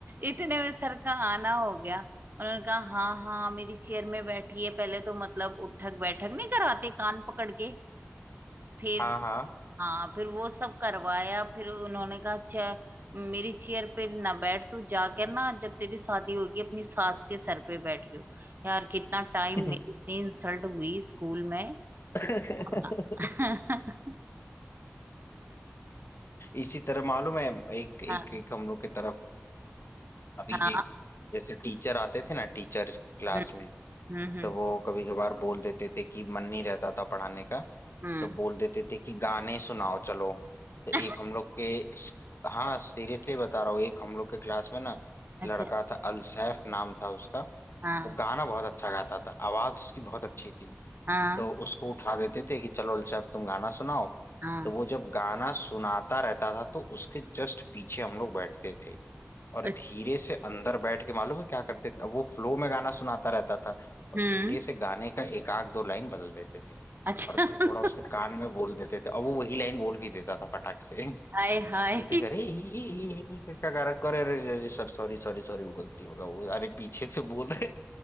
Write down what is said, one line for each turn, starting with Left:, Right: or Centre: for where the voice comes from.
Right: इतने में सर का आना हो गया उन्होंने कहा हाँ हाँ मेरी चेयर में बैठी है पहले तो मतलब उठक बैठक नहीं कराते कान पकड़ के फिर
Left: हाँ
Right: हाँ फिर वो सब करवाया फिर उन्होंने कहा अच्छा मेरी चेयर पे ना बैठ तू जाकर ना जब तेरी शादी होगी अपनी सास के सर पे बैठ गयो यार कितना टाइम
Left: हाँ
Right: मेरी इतनी इंसल्ट हुई स्कूल में
Left: <laughs>
Right: कि पूछो ना <laughs>
Left: इसी तरह मालूम है एक एक
Right: हाँ
Left: एक हम लोग के तरफ अभी
Right: हाँ
Left: एक जैसे टीचर आते थे ना टीचर क्लास
Right: हम्म
Left: में
Right: हम्म
Left: तो वो कभी कभार बोल देते थे कि मन नहीं रहता था पढ़ाने का
Right: हम्म
Left: तो बोल देते थे कि गाने सुनाओ चलो तो
Right: <laughs>
Left: एक हम लोग के हाँ सीरियसली बता रहा हूँ एक हम लोग के क्लास में ना
Right: अच्छा
Left: लड़का था अलसैफ नाम था उसका
Right: हाँ
Left: वो गाना बहुत अच्छा गाता था आवाज उसकी बहुत अच्छी थी
Right: हाँ
Left: तो उसको उठा देते थे कि चलो अल्शेफ तुम गाना सुनाओ
Right: हाँ
Left: तो वो जब गाना सुनाता रहता था तो उसके जस्ट पीछे हम लोग बैठते थे और
Right: अच्छा
Left: धीरे से अंदर बैठ के मालूम है क्या करते थे अब वो फ्लो में गाना सुनाता रहता था और
Right: हम्म
Left: धीरे से गाने का एक आध दो लाइन बदल देते थे
Right: अच्छा
Left: और
Right: <laughs>
Left: थोड़ा उसके कान में बोल देते थे और वो वही लाइन बोल भी देता था फटाक से
Right: हाय हाय
Left: कहते कि, अरे ये- ये- ये- ये क्या कर करे अरे अरे अरे, सर सॉरी सॉरी सॉरी वो गलती होगा वो अरे पीछे से बोल रहे